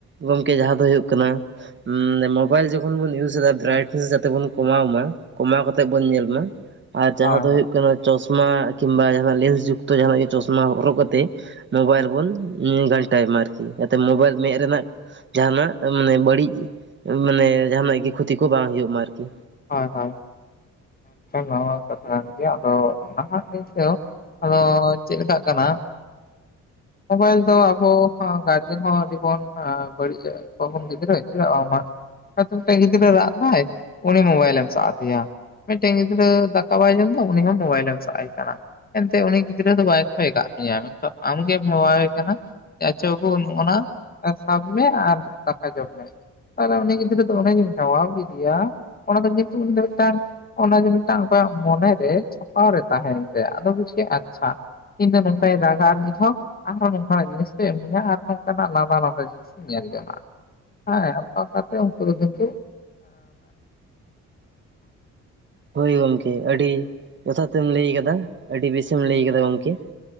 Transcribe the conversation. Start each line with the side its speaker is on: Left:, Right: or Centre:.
Right: ᱜᱚᱢᱠᱮ ᱡᱟᱦᱟᱸ ᱫᱚ ᱦᱩᱭᱩᱜ ᱠᱟᱱᱟ᱾ ᱢᱳᱵᱟᱭᱤᱞ ᱡᱚᱠᱷᱚᱱ ᱵᱚᱱ ᱤᱭᱩᱡ ᱮᱫᱟ ᱵᱨᱟᱭᱴᱱᱮᱥ ᱡᱟᱛᱮ ᱵᱚᱱ ᱠᱚᱢᱟᱣ ᱢᱟ ᱠᱚᱢᱟᱣ ᱠᱟᱛᱮᱜ ᱵᱚᱱ ᱧᱮᱞ ᱢᱟ ᱟᱨ ᱡᱟᱦᱟᱸ
Left: ᱦᱳᱭ ᱦᱳᱭ
Right: ᱫᱚ ᱦᱳᱭᱩᱜ ᱠᱟᱱᱟ ᱪᱚᱥᱢᱟ ᱠᱤᱢᱵᱟ ᱡᱟᱦᱱᱟᱜ ᱞᱮᱱᱥ ᱡᱩᱠᱛᱚ ᱡᱟᱦᱱᱟᱜ ᱜᱮ ᱪᱚᱥᱢᱟ ᱦᱚᱨᱚᱜ ᱠᱟᱛᱮ ᱢᱳᱵᱟᱭᱤᱞ ᱵᱚᱱ ᱜᱷᱟᱱᱴᱟᱭ ᱢᱟ ᱟᱨᱠᱤ ᱡᱛᱮ ᱢᱳᱵᱟᱭᱤᱞ ᱢᱮᱫ ᱨᱮᱱᱟᱜ ᱡᱟᱦᱱᱟᱜ ᱢᱟᱱᱮ ᱵᱟᱹᱲᱤᱡ ᱢᱟᱱᱮ ᱡᱟᱦᱱᱟᱜ ᱜᱮ ᱠᱷᱚᱛᱤ ᱠᱚ ᱵᱟᱝ ᱦᱩᱭᱩᱜ ᱢᱟ ᱟᱨᱠᱤ
Left: ᱦᱳᱭ ᱦᱳᱭᱮ ᱱᱚᱶᱟ ᱠᱟᱛᱷᱟ ᱠᱟᱱ ᱜᱮᱭᱟ ᱟᱫᱚ ᱱᱟᱦᱟᱜᱤᱱ ᱟᱫᱚ ᱪᱮᱫ ᱞᱮᱠᱟᱜ ᱠᱟᱱᱟ? ᱢᱳᱵᱟᱭᱤᱞ ᱫᱚ ᱟᱵᱚ ᱜᱟᱨᱡᱮᱱ ᱦᱚᱸ ᱟᱹᱰᱤ ᱵᱚᱱ ᱵᱟᱹᱲᱤᱡᱚᱜᱼᱟ ᱠᱚ ᱵᱚᱱ ᱜᱤᱫᱽᱨᱟᱹ ᱪᱮᱫᱟᱜ ᱵᱟᱝ ᱢᱟ ᱟᱨ ᱢᱤᱫ ᱴᱟᱜ ᱜᱤᱫᱽᱨᱟᱹ ᱨᱟᱜ ᱫᱟᱭ ᱩᱱᱤ ᱢᱳᱵᱟᱭᱤᱞᱮᱢ ᱥᱟᱵ ᱟᱫᱮᱭᱟ ᱢᱤᱫᱴᱮᱱ ᱜᱤᱫᱽᱨᱟᱹ ᱫᱟᱠᱟ ᱵᱟᱭ ᱡᱚᱢ ᱮᱫᱟ ᱩᱱᱤ ᱦᱚᱸ ᱢᱳᱵᱟᱭᱤᱞᱮᱢ ᱥᱟᱵ ᱟᱭ ᱠᱟᱱᱟ ᱮᱱᱛᱮᱫ ᱩᱱᱤ ᱜᱤᱫᱽᱨᱟᱹ ᱫᱚ ᱵᱟᱭ ᱠᱷᱚᱭ ᱟᱠᱟᱫ ᱢᱮᱭᱟ ᱢᱮᱱᱠᱦᱟᱱ ᱟᱢᱜᱮᱢ ᱦᱮᱣᱟᱭᱮ ᱠᱟᱱᱟ ᱟᱪᱷᱟ ᱵᱟᱹᱵᱩ ᱱᱚᱜ-ᱚᱱᱟ ᱥᱟᱵ ᱢᱮ ᱟᱨ ᱫᱟᱠᱟ ᱡᱚᱢ ᱢᱮ ᱛᱟᱦᱚᱞᱮ ᱩᱱᱤ ᱜᱤᱫᱽᱨᱟᱹ ᱫᱚ ᱮ ᱡᱮᱢ ᱦᱮᱣᱟᱣ ᱠᱮᱫᱮᱭᱟ ᱚᱱᱟ ᱫᱚ ᱩᱱᱤ ᱫᱚ ᱢᱤᱫᱴᱟᱝ ᱚᱱᱟ ᱡᱮ ᱢᱤᱫᱴᱟᱝ ᱚᱠᱚᱣᱟᱜ ᱢᱚᱱᱮᱨᱮ ᱪᱷᱟᱯᱟᱣ ᱨᱮ ᱛᱟᱦᱮᱱ ᱛᱟᱭᱟ ᱟᱫᱚ ᱵᱩᱡᱷᱟᱹᱣ ᱟᱪᱪᱷᱟ ᱤᱧᱫᱚ ᱱᱚᱝᱠᱟᱧ ᱨᱟᱜᱟ ᱟᱨ ᱤᱧᱦᱚᱸ ᱱᱚᱝᱠᱟᱱᱟᱜ ᱡᱤᱱᱤᱥ ᱠᱚ ᱮᱢᱟᱹᱧᱟ ᱟᱨᱦᱚᱸ ᱱᱚᱝᱠᱟ ᱞᱟᱸᱫᱟ ᱞᱟᱸᱫᱟᱧ ᱧᱮᱞ ᱡᱚᱝ ᱟ ᱦᱮᱸ ᱚᱱᱠᱟ ᱠᱟᱛᱮ ᱩᱱᱠᱩ ᱫᱚ ᱠᱤᱱᱛᱩ <inaudible> <inaudible>
Right: ᱦᱳᱭ ᱜᱚᱢᱠᱮ ᱟᱹᱰᱤ ᱡᱚᱛᱷᱟ ᱛᱮᱢ ᱞᱟᱹᱭ ᱟᱠᱟᱫᱟ ᱟᱹᱰᱤ ᱵᱮᱥᱮᱢ ᱞᱟᱹᱭ ᱟᱠᱟᱫᱟ ᱜᱚᱢᱠᱮ᱾